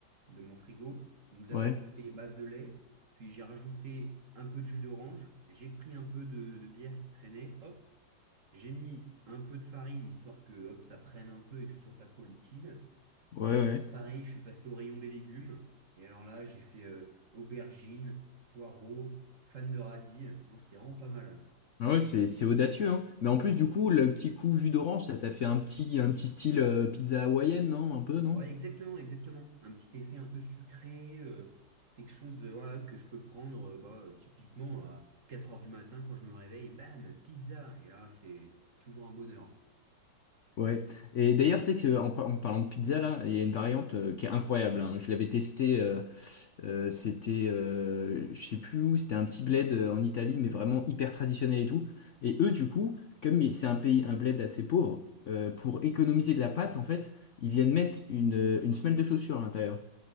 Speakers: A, on the right (about 40°); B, on the left (about 60°).
A: de mon frigo. Donc d'abord
B: Ouais.
A: j'ai fait base de lait, puis j'ai rajouté un peu de jus d'orange, j'ai pris un peu de, de bière qui traînait, hop, j'ai mis un peu de farine histoire que hop, ça prenne un peu et que ce soit pas trop liquide.
B: Ouais,
A: Et après,
B: ouais.
A: pareil, je suis passé au rayon des légumes. Et alors là, j'ai fait euh, aubergines, poireaux, fan de radis. Non, c'était vraiment pas mal. hein.
B: Ah Ouais, c'est c'est audacieux, hein. Mais en plus, du coup, le petit coup jus d'orange, ça t'a fait un petit, un petit style euh, pizza hawaïenne, non? Un peu, non?
A: Ouais, exactement, exactement. Un petit effet un peu sucré, euh, quelque chose euh, voilà, que je peux prendre euh, bah, euh, typiquement à quatre heures du matin quand je me réveille. Bam, pizza. Et là, c'est toujours un bonheur.
B: Ouais. Et d'ailleurs, tu sais que en, par- en parlant de pizza, là, il y a une variante euh, qui est incroyable. hein. Je l'avais testée, euh, euh, c'était, euh, je sais plus où, c'était un petit bled euh, en Italie, mais vraiment hyper traditionnel et tout. Et eux, du coup, comme il- c'est un pays, un bled assez pauvre, euh, pour économiser de la pâte, en fait, ils viennent mettre une, euh, une semelle de chaussure à l'intérieur.